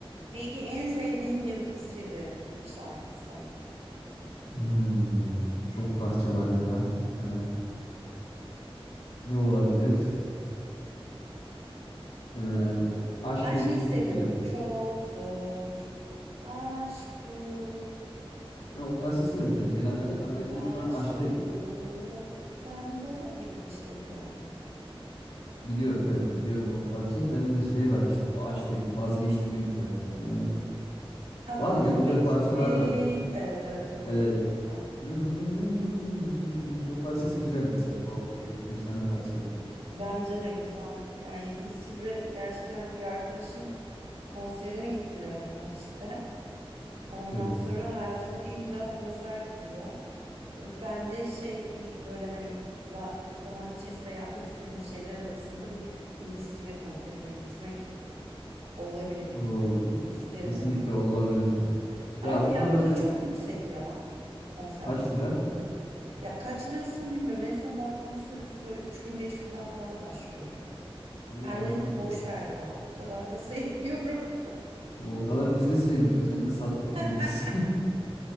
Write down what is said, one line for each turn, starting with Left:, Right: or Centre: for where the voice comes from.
Right: Peki en sevdiğin Yıldız Tilbe şarkısı?
Left: Hmm, şimdi çok parça var ya. Ee, ne olabilir? Ee, aşk
Right: Ben
Left: dediğin
Right: şeyi seviyorum.
Left: olabilir.
Right: Çok zor. Aşk bu.
Left: Ha, o parçası da güzel, fena değil ama ben
Right: Karşılığı
Left: de şu an aşk de-
Right: yok sende gibi bir şeydi galiba.
Left: Biliyorum evet biliyorum bu parçayı. Bende de şey var işte bu aşk dediğim vazgeçti mi güzel. Ee,
Right: Ha
Left: var
Right: vazgeçtim.
Left: ya güzel parçalar da,
Right: Evet evet o
Left: Evet.
Right: da çok güzel.
Left: Yana yana. O parçası güzel mesela. O e- efsane parçalar.
Right: Bence de güzel. Yani Yıldız Tilbe gerçekten bir arkadaşım konserine gittiler onlar işte. Ondan
Left: Evet.
Right: sonra hayatımdaki en güzel konserdi diyor. Böyle ben de şey bir böyle hani za- zaman içerisinde yapmak istediğim şeyler arasında bir Yıldız Tilbe konserine gitmek olabilir yani.
Left: O
Right: Hep isterim
Left: kesinlikle
Right: onu.
Left: olabilir.
Right: Ama
Left: Ya
Right: fiyatları
Left: o kadar çü-
Right: çok yüksek ya. Konser
Left: kaç
Right: fiyatları.
Left: lira?
Right: Ya kaç lirasını bilmiyorum. En son baktığımızda biz böyle 3500'den falan başlıyordu.
Left: O
Right: Ben
Left: harbi
Right: de dedim
Left: yüksekmiş.
Right: boş ver ya. O kadar da sevmiyorum.
Left: O kadar biz de sevmiyoruz. Hemen sattık
Right: <laughs>
Left: yıldız. <laughs>